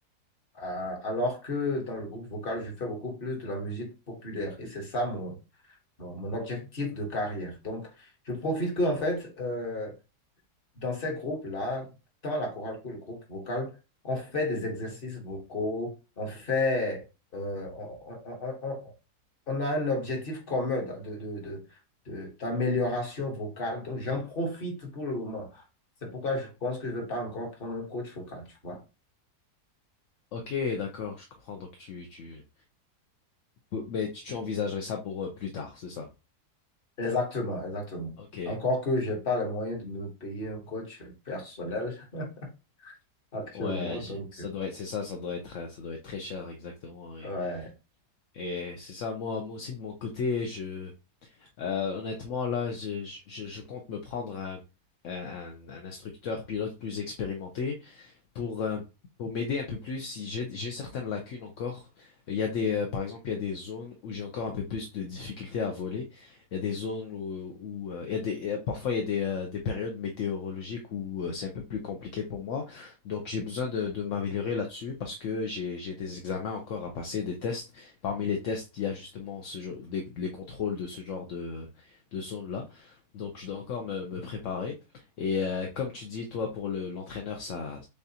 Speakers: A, on the left; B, on the left.
A: Euh, alors que dans le groupe vocal, je fais beaucoup plus de la musique populaire. Et c'est ça mon, mon, mon objectif de carrière. Donc, je profite que, en fait, euh, dans ces groupes-là, tant la chorale que le groupe vocal, on fait des exercices vocaux, on fait, euh, on, on- on- on- on a un objectif commun d'a- de, de- de- de- d'amélioration vocale. Donc, j'en profite pour le moment. C'est pourquoi je pense que je ne vais pas encore prendre un coach vocal, tu vois.
B: Ok, d'accord, je comprends, donc tu... tu... euh, Mais tu tu envisagerais ça pour euh, plus tard, c'est ça?
A: Exactement, exactement.
B: Ok,
A: Encore que je n'ai pas les moyens de me payer un coach personnel <laughs> actuellement,
B: ouais,
A: donc,
B: je- ça
A: euh,
B: doit être, c'est ça, ça doit être, euh, ça doit être très cher, exactement. Et,
A: ouais.
B: et c'est ça, moi, moi aussi de mon côté, je, euh, honnêtement, là, je, je, je compte me prendre un, un, un instructeur pilote plus expérimenté. pour, euh, pour m'aider un peu plus si j'ai j'ai certaines lacunes encore. Il y a des, euh, par exemple, il y a des zones où j'ai encore un peu plus de difficultés à voler. Il y a des zones où, où, euh, il y a des, euh, parfois il y a des, euh, des périodes météorologiques où euh, c'est un peu plus compliqué pour moi. Donc j'ai besoin de, de m'améliorer là-dessus parce que j'ai, j'ai des examens encore à passer, des tests. Parmi les tests, il y a justement ce, genre- des- les contrôles de ce genre de, de zones-là. Donc je dois encore me, me préparer. Et euh, comme tu dis, toi, pour le, l'entraîneur, ça,